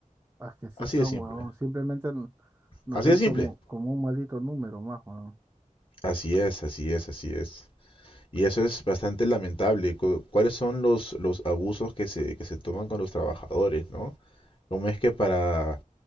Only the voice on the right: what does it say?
Ah, que sí
son,
weón. Simplemente n- nos
ven
como, como un maldito número más, weón.